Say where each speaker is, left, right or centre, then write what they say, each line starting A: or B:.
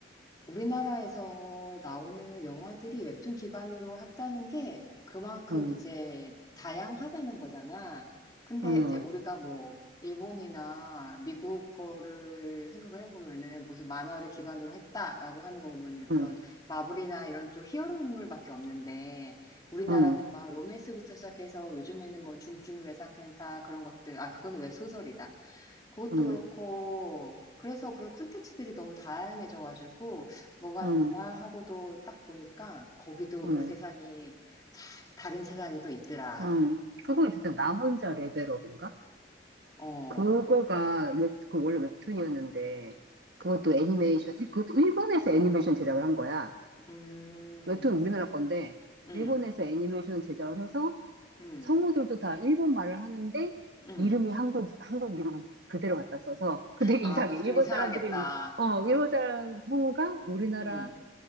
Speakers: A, on the left; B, on the right.
A: 우리나라에서 나오는 영화들이 웹툰 기반으로 했다는 게 그만큼
B: 음,
A: 이제 다양하다는 거잖아. 근데
B: 음.
A: 이제 우리가 뭐 일본이나 미국 거를 생각을 해보면은 무슨 만화를 기반으로 했다라고 하는 거 보면은 그런
B: 응,
A: 마블이나 이런 쪽 히어로물밖에 없는데 우리나라는
B: 응,
A: 막 로맨스부터 시작해서 요즘에는 뭐 중증 외상센터 그런 것들, 아, 그거는 웹소설이다. 그것도
B: 응,
A: 그렇고 그래서 그런 콘텐츠들이 너무 다양해져가지고 뭐가
B: 응,
A: 있나 하고도 딱 보니까 거기도
B: 응,
A: 그 세상이 참 다른 세상이 또 있더라.
B: 응. 하 있을 때 나 혼자 레벨업인가?
A: 어,
B: 그거가 웹, 그 원래 웹툰이었는데, 그것도 애니메이션, 이- 그것도 일본에서 애니메이션 제작을 한 거야.
A: 음,
B: 웹툰 우리나라 건데,
A: 음,
B: 일본에서 애니메이션 제작을 해서
A: 음,
B: 성우들도 다 일본 말을 하는데,
A: 음.
B: 이름이 한국, 한국 이름 그대로 갖다 써서, <laughs> 근데 되게
A: 아,
B: 이상해.
A: 그거
B: 일본
A: 좀 이상하겠다.
B: 사람들이, 우- 어, 일본 사람 성우가 우리나라
A: 음,